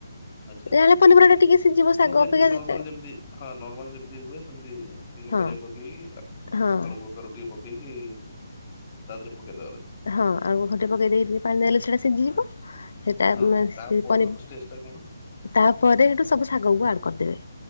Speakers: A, on the left; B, on the left.
A: ଆଚ୍ଛା
B: ଯାହା ହେଲେ ପନିପରିବାଟା ଟିକେ ସିଝିବ ଶାଗ
A: ମାନେ ଯେମିତି
B: ଅପେକ୍ଷା
A: ନର୍ମାଲ ଯେମିତି ହଁ ନର୍ମାଲ ଯେମିତି ହୁଏ ସେମିତି ଟିକେ
B: ହଁ
A: ପରିବା ପକେଇକି ଆ
B: ହଁ।
A: ଆଳୁ ପତର ଟିକେ ପକେଇକି ତା ଦେହରେ ପକେଇଦବା ପରେ।
B: ହଁ ଆଉ ଘୋଟି ପକେଇ ଦେଇ ଟିକେ ପାଣି ଦେଇଦେଲେ ସେଇଟା ସିଝିଯିବ। ସେଇଟା
A: ହଁ
B: ମାନେ
A: ତା
B: ସେ
A: ପର
B: କରି
A: ଷ୍ଟେଜ ଟା କଣ
B: ତାପରେ ସେଠୁ ସବୁ ଶାଗକୁ ଆଡ୍‌ କରିଦେବେ।